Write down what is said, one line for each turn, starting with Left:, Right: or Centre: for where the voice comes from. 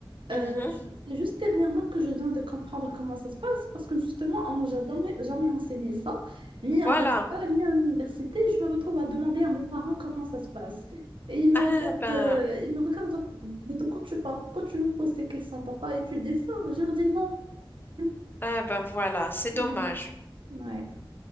Right: Euh,
Left: mhm,
Right: je- c'est juste dernièrement que je viens de comprendre comment ça se passe parce que justement, on nous a jamais, jamais enseigné ça, ni à
Left: voilà.
Right: l'école, ni à l'université. Je me retrouve à demander à mes parents comment ça se passe. Et ils me
Left: Ah
Right: regardent,
Left: ben,
Right: euh, ils me regardent, genre, mais de quoi tu parles? Pourquoi tu nous poses ces questions? T'as pas étudié ça? Je leur dis non. <laughs>
Left: ah ben voilà, c'est dommage.
Right: Ouais. Ouais.